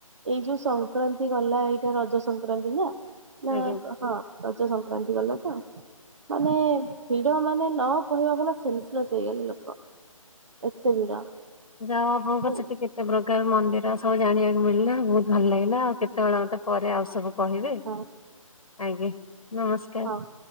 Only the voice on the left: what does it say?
ଆଜ୍ଞା।
ଯାହାହେଉ ଆପଣଙ୍କ
ସେଠି କେ କେତେ ପ୍ରକାର ମନ୍ଦିର ସବୁ ଜାଣିବାକୁ ମିଳିଲା ବହୁତ ଭଲ ଲାଗିଲା। ଆଉ କେତେବେଳେ ମତେ ପରେ ଆଉ ସବୁ କହିବେ
ଆଜ୍ଞା ନମସ୍କାର।